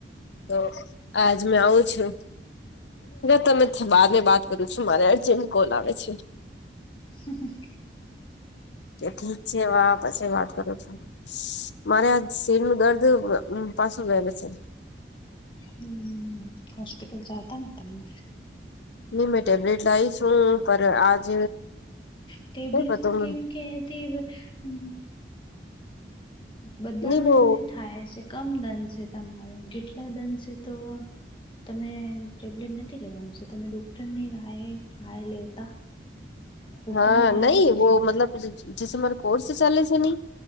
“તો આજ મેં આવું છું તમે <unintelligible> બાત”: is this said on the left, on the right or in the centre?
Left